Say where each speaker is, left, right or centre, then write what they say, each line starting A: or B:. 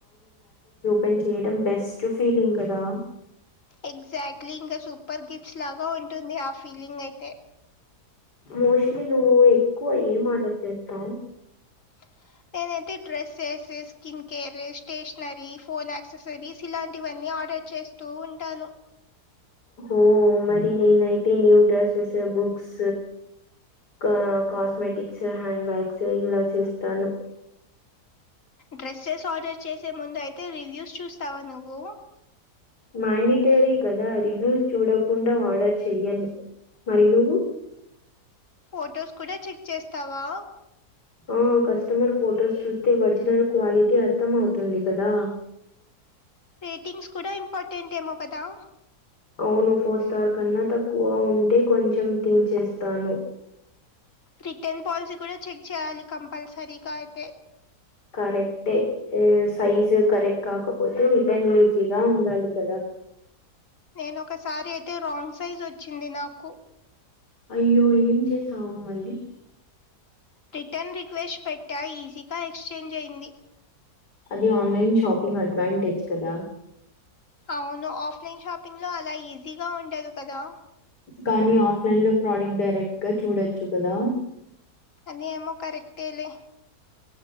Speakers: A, on the left; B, on the left.
A: ఆన్లైన్ చేయడం బెస్ట్ ఫీలింగ్ కదా
B: ఎగ్జాక్ట్లీ, ఇంకా సూపర్ గిఫ్ట్స్ లాగా ఉంటుంది ఆ ఫీలింగ్ అయితే.
A: మోస్ట్లీ నువ్వు ఎక్కువ ఏమీ ఆర్టర్ చేస్తావు?
B: <inaudible> నేనైతే dresses skin care stationery phone accessories ఇలాంటివన్నీ ఒ ఆర్డర్ చేస్తూ ఉంటను
A: ఓ మరి నేనైతే న్యూ డ్రెసస్ బుక్స్ కా కాస్మెటిక్స్ హ్యాండ్ బ్యాగ్స్ ఇలా చేస్తాను
B: డ్రెస్సెస్ ఆర్డర్ చేసే ముందు అయితే రివ్యూస్ చూస్తావా నువ్వు
A: మాండిటరీ కదా రివ్యూస్ చూడకుండా ఆర్డర్ చేయను మరి నువ్వు
B: ఫొటోస్ కూడా చెక్ చేస్తావా
A: ఆ కస్టమర్ ఫొటోస్ చూస్తే ఒరిజినల్ క్వాలిటీ అర్థం అవుతుంది కదా
B: రేటింగ్స్ కూడా ఇంపార్టెంట్ ఏమో కదా
A: అవును ఫోర్ స్టార్ కన్నా తక్కువ ఉంటే కొంచెం థింక్ చేస్తాను
B: రిటర్న్ పల్సీ కూడా చెక్ చేయాలి కంపల్సరీగా అయితే
A: కరెక్ట్ ఆ సైజు కరెక్ట్ కాకపోతే రిటర్న్ ఈజీగా ఉండాలి కదా
B: నేను ఒకసారీ అయితే రాంగ్ సైజు వచ్చింది నాకు
A: అయ్యో ఏం చేసావు మళ్ళీ
B: రిటర్న్ రిక్వెస్ట్ పెట్టా ఈజీగా ఎక్స్చేంజ్ అయింది
A: అది ఆన్లైన్ షాపింగ్ అడ్వాంటేజ్ కదా
B: అవును ఆఫ్లైన్ షాపింగ్ లో అలా ఈజీగా ఉండరు కదా
A: కానీ ఆఫ్లైన్ లో ప్రోడక్ట్ డైరెక్ట్ గా చూడొచ్చు కదా
B: అ ఏమ కరెక్ తెలే